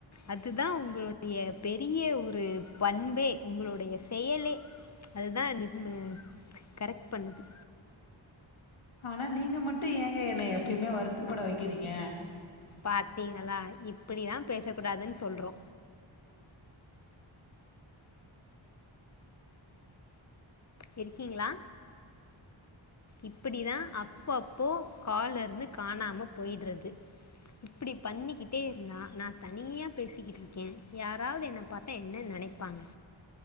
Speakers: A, on the left; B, on the left.
A: அதுதா உங்களுடைய பெரிய ஒரு பண்பே உங்களுடைய செயலே அதுதா நின்னு கரெக்ட் பண்ணுது
B: ஆனா நீங்க மட்டும் ஏங்க என்னய எப்யுமே வருத்தப்பட வெக்கிறீங்க
A: பாத்தீங்களா இப்பிடிதா பேச கூடாதுன் சொல்றோ இருக்கீங்களா இப்பிடிதா அப்போ அப்போ கால்ல இருந்து காணாம போய்ட்றது இப்பிடி பண்ணிகிட்டே இருந்தா நா தனியா பேசிகிட்டு இருக்கே யாராவ்து என்ன பாத்தா என்ன நெனைப்பாங்க